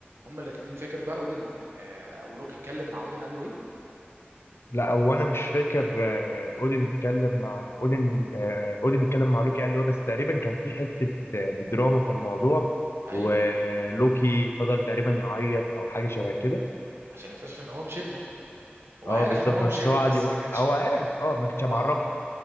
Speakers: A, on the right (about 80°); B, on the left (about 80°).
A: هما الاثنين فاكر بقى اودن آه ولوكي اتكلم مع اودن قال له ايه
B: لا هو انا مش فاكر آه، اودين اتكلم مع اودين آه، اودين اتكلم مع لوكي قال له إيه، بس تقريبا كان في حته يعني دراما في الموضوع
A: ايوه
B: ولوكي فضل تقريبا يعيط او حاجه شبه كده
A: عشان اكتشف ان هو مش ابنه هو
B: اه
A: عارف
B: بالظبط
A: ان هو مش
B: بس
A: ابنه
B: هو قعد
A: بس
B: يقول
A: ما كانش
B: هو عارف
A: ما كان
B: اه ما كنتش
A: اه
B: معرفه